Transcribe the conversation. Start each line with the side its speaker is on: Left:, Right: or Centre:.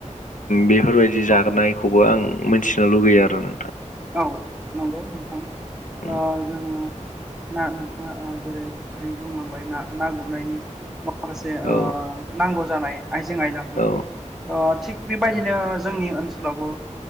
Left: बेफोरबायदि जाहोनायखौबो
Centre: औ
Left: आं मोनथिनो लुबैयो आरो नोंथां।
Centre: औ नंगौ नोंथां
Left: उम
Centre: ओ जोङो ना नोंथाङा ओ जेरै हाय बुंलांबाय ना ना गुरनायनि माखासे
Left: औ
Centre: ओ नांगौ जानाय आइजें आयलाफोर
Left: औ
Centre: ओ थिग बेबायदिनो जोंनि ओनसोलावबो